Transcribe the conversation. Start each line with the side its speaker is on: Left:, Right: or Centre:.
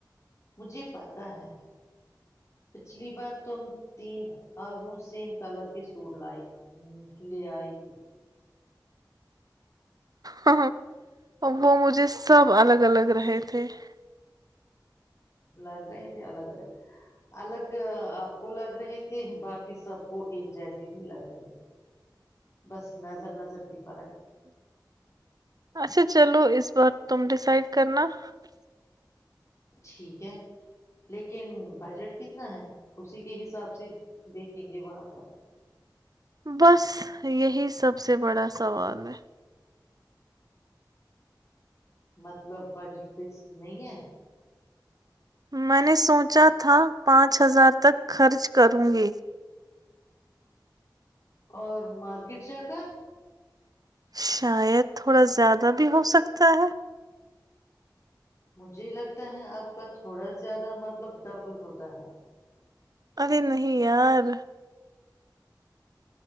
Left: مجھے پتا ہے پچھلی بار تم تین آلموسٹ سیم کلر کے سوٹ لائی لے آئی تھی <unintelligible>
Right: ہ وہ مجھے سب الگ الگ رہے تھے <unintelligible>
Left: لگ رہے تھے الگ الگ الگ آپ کو لگ رہے تھے باقی سب کو ایک جیسے ہی لگ رہے تھے <unintelligible> نظر نظر کی فرق ہے۔
Right: اچھا چلو اس بار <unintelligible> تم ڈسائڈ کرنا <unintelligible>
Left: ٹھیک ہے <unintelligible> لیکن بجٹ کتنا ہے اسی کے حساب سے دیکھیں گے وہاں پر
Right: بس یہی سب سے بڑا سوال ہے <unintelligible>
Left: مطلب بجٹ فکسڈ نہیں ہے <unintelligible>
Right: میں نے سوچا تھا پانچ ہزار تک خرچ کروں گی
Left: اور مارکیٹ جا کر
Right: شاید تھوڑا زیادہ بھی ہو سکتا ہے
Left: مجھے لگتا ہے آپ کا تھوڑا زیادہ مطلب ڈبل ہوتا ہے
Right: ارے نہیں یار